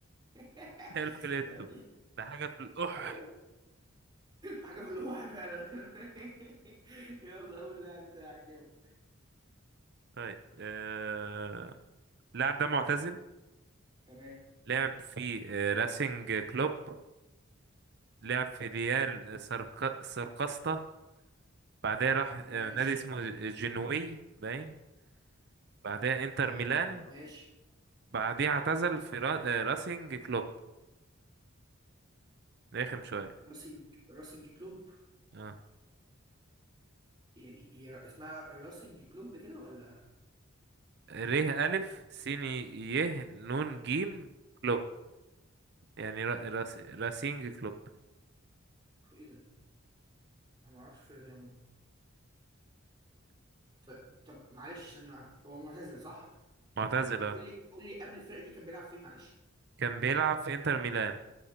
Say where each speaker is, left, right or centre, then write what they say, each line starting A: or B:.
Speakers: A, on the right; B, on the right.
A: <laughs>
B: <laughs> الفيليتو
A: يا دي
B: ده حاجة في القح
A: قال لك حاجة في الواقع فعلا <laughs> يلا قول اللاعب بتاعك يلا
B: طيب آه... اللاعب ده معتزل
A: تمام
B: لعب في آه... راسينج كلوب لعب في ريال سرق... سرقسطة بعدها راح آه...
A: ماشي
B: نادي اسمه جنوي باين بعدها انتر
A: اوه
B: ميلان
A: ماي جاد ماشي
B: بعدها اعتزل في را... آه... راسينج كلوب رخم شوية
A: راسينج راسينج كلوب
B: اه
A: يعني هي را- اسمها راسنج كلوب كده ولا
B: ر ألف سين ي نون جيم كلوب يعني را... راس... راسينج كلوب
A: ايه ده انا ما اعرفش الفرقه دي عموما طيب طب معلش ثانيه واحده هو معتزل صح
B: معتزل
A: طب
B: اه
A: قول لي قول لي قبل الفرقه دي كان بيلعب فين معلش
B: كان بيلعب في انتر ميلان